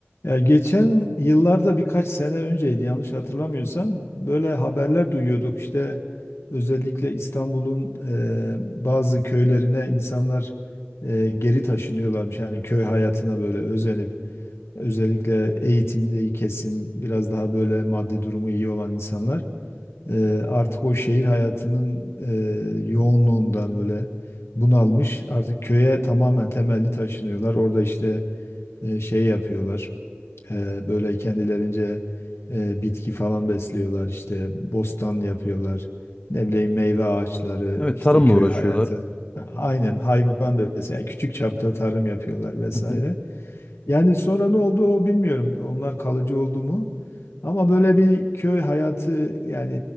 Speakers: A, on the left; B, on the left.
A: Ya geçen yıllarda birkaç sene önceydi yanlış hatırlamıyorsam böyle haberler duyuyorduk işte özellikle İstanbul'un eee, bazı köylerine insanlar eee, geri taşınıyorlarmış yani köy hayatına böyle özenip özellikle eğitimli kesim biraz daha böyle maddi durumu iyi olan insanlar eee, artık o şehir hayatının eee, yoğunluğundan böyle bunalmış artık köye tamamen temelli taşınıyorlar orada işte e, şey yapıyorlar. Ee, böyle kendilerince e, bitki falan besliyorlar işte bostan yapıyorlar. Ne bileyim meyve ağaçları
B: Evet
A: işte
B: tarımla
A: köy
B: uğraşıyorlar.
A: hayatı. Aynen hayvan besliyor. Yani küçük çapta tarım yapıyorlar vesaire.
B: Hı hı.
A: Yani sonra ne oldu o bilmiyorum. Onlar kalıcı oldu mu? Ama böyle bir köy hayatı yani